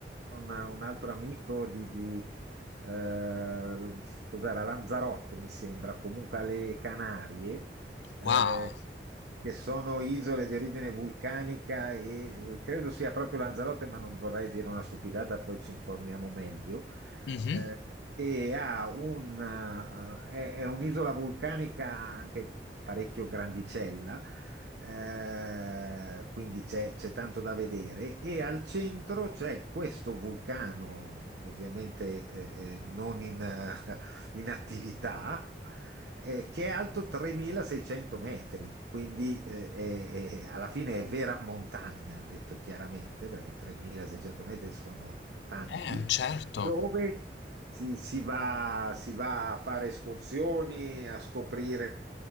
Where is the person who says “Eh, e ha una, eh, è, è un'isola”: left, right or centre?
Right